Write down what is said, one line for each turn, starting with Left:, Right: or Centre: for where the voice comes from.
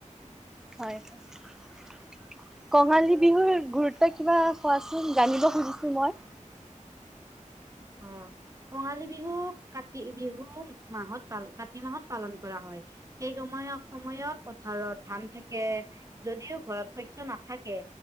Centre: হয় হয় কঙালী বিহুৰ গুৰুত্ব কিবা কোৱাচোন জানিব খুজিছো মই
Right: আহ কঙালী বিহু, কাতি বিহু, মাহত পাল কাতি মাহত পালন কৰা হয় সেই সময়ত সময়ত ভাৰত ধান থাকে যদিও ঘৰত শস্যয় নাথাকে